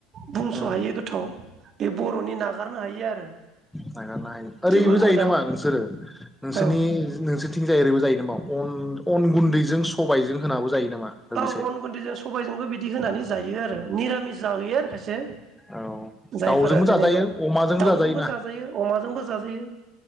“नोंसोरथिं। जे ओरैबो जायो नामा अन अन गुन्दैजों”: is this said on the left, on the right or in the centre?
Centre